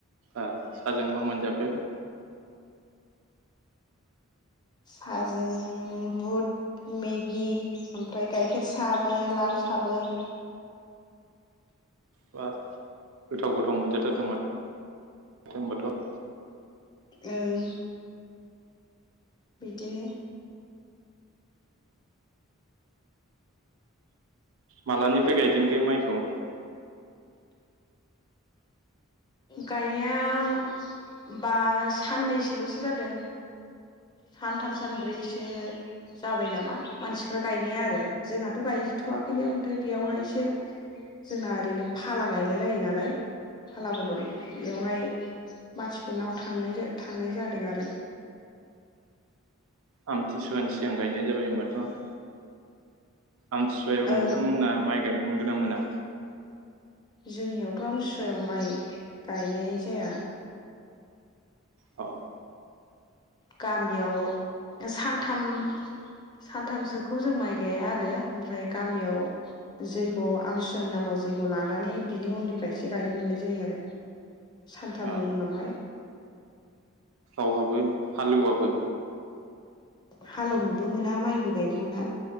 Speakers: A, on the right; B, on the left.
A: ओ साहाजों मा मोनजाखो?
B: साहाजों बुट मेगि ओमफ्राय गाइखेर साबो, लाल साबो। <inaudible>
A: बाब गोथाव गोथाव मोनजाथारदों होनबाथ'।
B: ओं। बिदिनो।
A: मालानिफ्राय गायजेनखो माइखौ?
B: गायनाया बा साननैसोल'सो जादों सानथाम सानब्रैसो जाबाय नामा मानसिफ्रा गायनाया आरो। जोंहाथ गायथवाखैनो ओमफ्राय बेयावहायसो जोंना ओरैनो फाला गायलाय लायो नालाय। फाला बदल बेवहाय मानसिफोरनाव थांनाय-थांनाय जादों आरो।
A: आमथिसुवानि सिगां गायनाय जाबाय होनबाथ'। आमथिसुवायाव
B: औ
A: नोंथांमोना माइ गाय मोनगोना मोना?
B: जोंनियावथ' आमथिसुवायाव माइ गायनाय जाया।
A: औ।
B: गामियाव सानथाम सानथामसोखौ जों माइ गाया आरो ओमफ्राय गामियाव जैग' आमथिसुवानि नामाव जैग' लानानै बिनि उननिफ्राय एसे गायनो मोननाय जायो आरो सानथामनि
A: अ
B: उनावहाय।
A: बहाबो हालेवाबो?
B: हालौनोबो मोना माइबो गायनो मोना